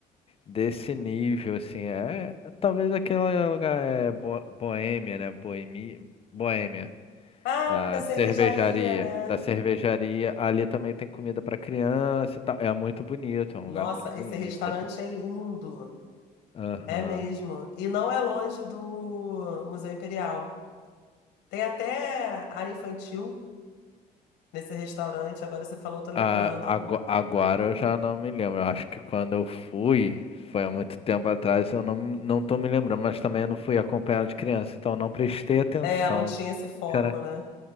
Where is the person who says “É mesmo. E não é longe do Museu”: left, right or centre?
Left